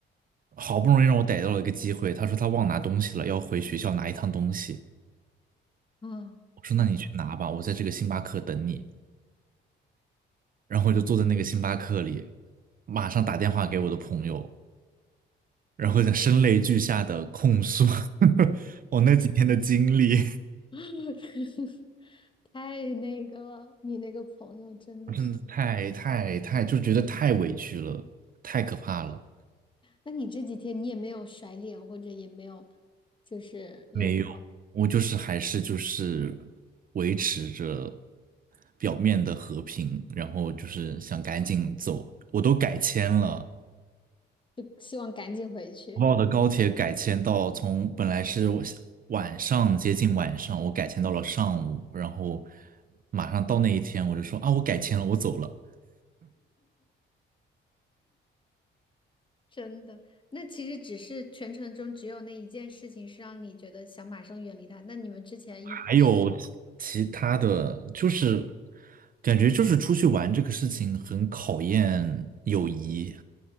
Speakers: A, on the right; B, on the left.
A: 好不容易让我逮到了一个机会，他说他忘拿东西了，要回学校拿一趟东西。
B: 啊！
A: 我说那你去拿吧，
B: 然后
A: 我在这个星巴克等你。然后就坐在那个星巴克里，马上打电话给我的朋友，然后就声泪俱下的控诉 <laughs> 我那几天的经历，
B: <laughs> 太那个了，你那个朋友真的是。
A: 我真的太太太就觉得太委屈了，太可怕了。
B: 那你这几天你也没有甩脸，或者也没有，就是有什么，
A: 没有，我就是还是就是维持着表面的和平，然后就是想赶紧走，我都改签了，
B: 就希望赶紧回去。
A: 国贸的高铁改签到从本来是我晚上接近晚上，我改签到了上午，然后马上到那一天，我就说啊，我改签了，我走了。
B: 真的，那其实只是全程中只有那一件事情是让你觉得想马上远离他。那你们之前应之前，
A: 还有其他的，就是感觉就是出去玩这个事情很考验友谊，